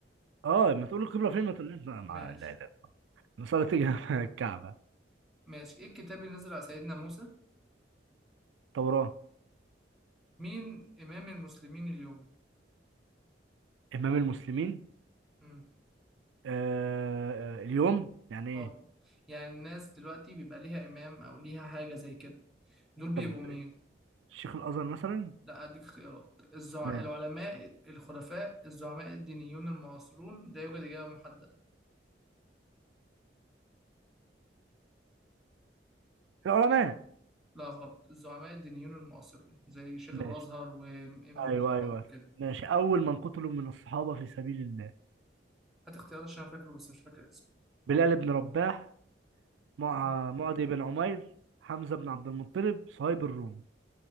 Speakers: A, on the right; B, in the centre.
A: اه لما تقول القبلة فين ما تقوليش لا مع-
B: ماشي
A: لا لا المصلى تيجي <laughs> مع الكعبة
B: ماشي ايه الكتاب اللي نزل على سيدنا موسى
A: توراة
B: مين امام المسلمين اليوم
A: إمام المسلمين
B: امم
A: آه آه، اليوم يعني ايه
B: اه يعني الناس دلوقتي بيبقى ليها امام او ليها حاجه زي كده دول بيبقوا
A: طب
B: مين
A: شيخ الازهر مثلا
B: لا اديك اختيارات الزع...
A: ماشي
B: العلماء الخلفاء الزعماء الدينيون المعاصرون لا يوجد اجابه محدده
A: العلماء
B: لا غلط الزعماء الدينيون المعاصرون زي شيخ
A: ماشي
B: الازهر وامام
A: ايوه
B: الحرم
A: ايوه
B: وكده
A: ماشي اول من قتلوا من الصحابه في سبيل الله
B: هات اختيارات عشان انا فاكره بس مش فاكر اسمه
A: بلال بن رباح مع
B: اه
A: معدي بن عمير حمزه بن عبد المطلب صهيب الرومي